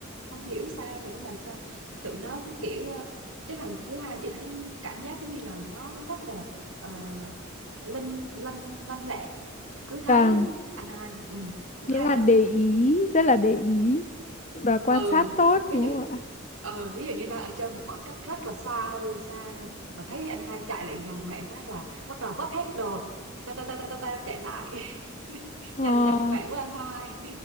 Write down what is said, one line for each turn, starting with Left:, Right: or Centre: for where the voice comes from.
Right: không hiểu sao nữa mà sao tụi nó cứ kiểu ờ, cái thằng thứ hai chị thấy cảm giác như là nó rất là uh, linh lanh lanh lẹ cứ thấy
Left: vàng
Right: anh hai ừ, nó
Left: nghĩa
Right: hay
Left: là
Right: lắm
Left: để ý rất là để ý và quan
Right: ừ
Left: sát tốt
Right: ví
Left: đúng
Right: dụ
Left: không ạ
Right: ừ, ví dụ như đang ở chơi một khoảng cách rất là xa hơi là xa mà thấy anh hai chạy lại gần mẹ phát là bắt đầu vất hết đồ ta ta ta ta ta, ta chạy lại <laughs>
Left: ờ.
Right: giành giật mẹ với anh hai